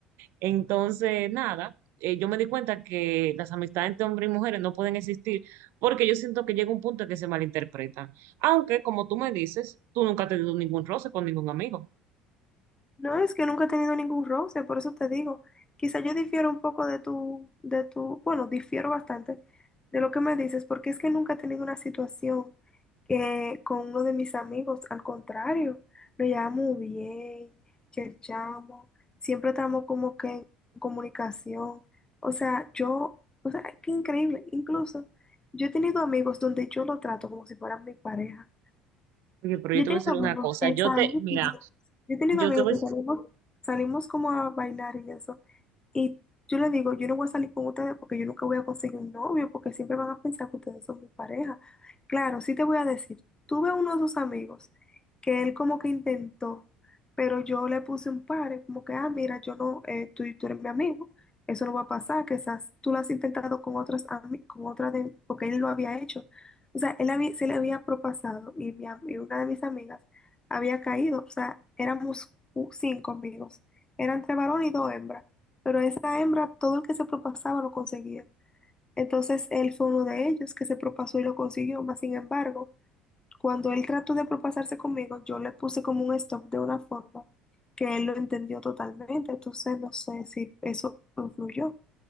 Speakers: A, on the right (about 60°); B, on the left (about 20°).
A: entonces nada, eh, yo me di cuenta que las amistades entre hombres y mujeres no pueden existir porque yo siento que llega un punto en que se malinterpretan. Aunque, como tú me dices, tú nunca has tenido ningún roce con ningún amigo.
B: No, es que nunca he tenido ningún roce, por eso te digo. Quizá yo difiero un poco de tu, de tu, bueno, difiero bastante de lo que me dices, porque es que nunca he tenido una situación que con uno de mis amigos, al contrario, nos llevamos bien, cherchamos, siempre estamos como que en comunicación. O sea, yo, o sea, qué increíble. Incluso yo he tenido amigos donde yo lo trato como si fueran mi pareja.
A: Oye, pero
B: Yo
A: yo te
B: tengo
A: voy a decir
B: amigos
A: una cosa.
B: que
A: Yo
B: salimos,
A: te, mira,
B: yo tengo
A: yo
B: amigos
A: te voy,
B: que salimos, salimos como a bailar y eso. Y yo le digo, yo no voy a salir con ustedes porque yo nunca voy a conseguir un novio, porque siempre van a pensar que ustedes son mi pareja. Claro, sí te voy a decir, tuve a uno de sus amigos que él como que intentó, pero yo le puse un par, como que, ah, mira, yo no, eh, tú, tú eres mi amigo, eso no va a pasar, quizás tú lo has intentado con otras, ami- con otras de, porque él lo había hecho. O sea, él había- se le había propasado y, mi am- y una de mis amigas había caído. O sea, éramos cu- cinco amigos. Eran tres varones y dos hembras. Pero esa hembra, todo el que se propasaba lo conseguía. Entonces él fue uno de ellos que se propasó y lo consiguió. Mas sin embargo, cuando él trató de propasarse conmigo, yo le puse como un stop de una forma que él lo entendió totalmente. Entonces no sé si eso influyó.